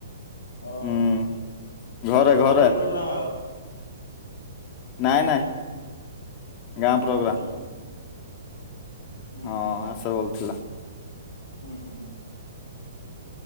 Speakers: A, on the left; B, on the left.
A: ଓହୋ
B: ହୁଁ ଘରେ
A: ଏ ମଣ୍ଡଳି
B: ଘରେ
A: ପ୍ରୋଗ୍ରାମ କ
B: ନାଇଁ ନାଇଁ ଗାଁ ପ୍ରୋଗ୍ରାମ
A: ହୁଁ ହୁଁ
B: ହଁ
A: ହୁଁ
B: ଆସ ବଲ ଥିଲା <unintelligible>
A: ହୁଁ ହୁଁ